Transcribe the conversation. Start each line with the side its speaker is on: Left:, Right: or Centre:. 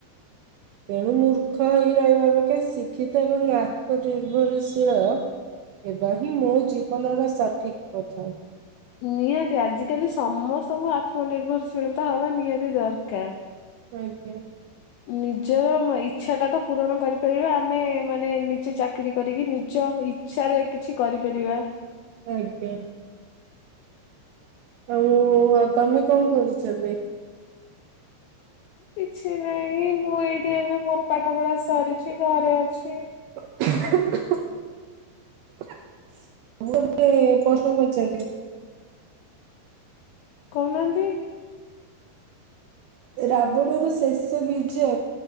Right: ତେଣୁ ମୂର୍ଖ ହେଇ ରହିବା ଅପେକ୍ଷା ଶିକ୍ଷିତ ଏବଂ ଆତ୍ମନିର୍ଭରଶୀଳ ଏବା ହିଁ ମୋ ଜୀବନର ସଠିକ ପଥ।
Left: ନିହାତି ଆଜିକାଲି ସମସ୍ତଙ୍କୁ ଆତ୍ମ ନିିର୍ଭରଶୀଳତା ହବା ନିହାତି ଦରକାର।
Right: ଆଜ୍ଞା।
Left: ନିଜର ଇଛା ଟା ତ ପୂରଣ କରିପାରିବା ଆମେ ମାନେ ନିଜେ ଚାକିରୀ କରିକି ନିଜ ଇଛା ରେ କିଛି କରିପାରିବା।
Right: ଆଜ୍ଞା। ଆଉ ତମେ କଣ କରୁଛ ଏବେ?
Left: କିଛି ନାହିଁ ମୁଁ ଏଇଠି ଏବେ ମୋର ପାଠ ପଢ଼ା ସରିଛି ଘରେ ଅଛି।
Right: <unintelligible> ମୁଁ ଗୋଟେ ପ୍ରଶ୍ନ ପଚାରିଲି।
Left: କହୁନାହାନ୍ତି।
Right: ରାବଣ ର ଶେଷ ବିଜୟ